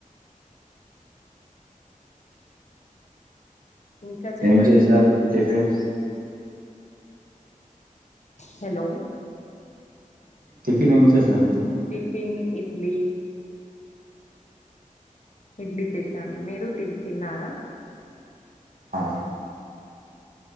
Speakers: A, on the left (about 55°); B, on the right (about 85°).
A: ఇంకా చెప్పండి.
B: ఏం చేశారు టిఫిన్
A: హలో
B: టిఫిన్ ఏం చేశారు మేడం
A: టిఫిన్ ఇడ్లీ ఇడ్లి చేసాను. మీరు తి తిన్నారా
B: ఆ